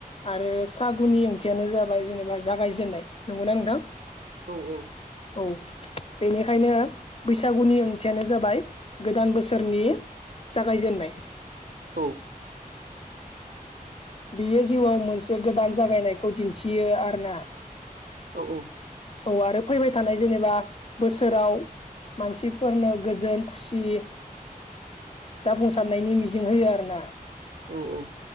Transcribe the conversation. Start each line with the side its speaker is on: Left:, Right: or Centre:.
Left: आरो सागुनि ओंथियानो जाबाय जेनेबा जागायजेननाय नंगौना नोंथां
Right: औ - औ
Left: औ बेनिखायनो बैसागुनि ओंथियानो जाबाय गोदान बोसोरनि जागायजेननाय
Right: औ
Left: <inaudible> बियो जिउआव मोनसे गोदान जागायनायखौ दिन्थियो आर ना
Right: औ - औ
Left: औ आरो फैबाय थानाय जेनेबा बोसोराव मानसिफोरनो गोजोन खुसि जाफुंसारनायनि मिजिं होयो आरो ना
Right: औ औ